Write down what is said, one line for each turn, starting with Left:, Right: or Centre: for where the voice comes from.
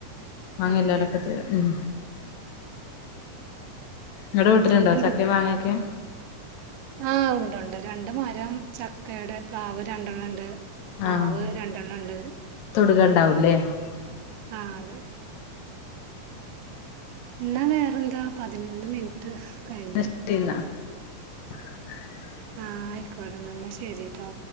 Left: മാങ്ങ
Right: അതെല്ലേ
Left: എല്ലാരുപ്പ തരും ഉം നിങ്ങടെ വീട്ടില്
Right: പിന്നെ
Left: ണ്ടോ ചക്കെ മാങ്ങ ക്കെ
Right: ആ ഉണ്ട് ഉണ്ട് രണ്ട് മരം ചക്കയുടെ പ്ലാവ് രണ്ടെണ്ണം ണ്ട് മാവ്
Left: ആഹ്
Right: രണ്ടെണ്ണം ണ്ട്
Left: <unintelligible>
Right: ആഹ് ന്നാ വേറെന്താ പതിനൊന്ന് മിനിറ്റ് കഴിഞ്ഞു
Left: ശരി എന്നാ <inaudible>
Right: ആഹ് ആയിക്കോട്ടന്നാൽ ന്നാ ശരി ട്ടോ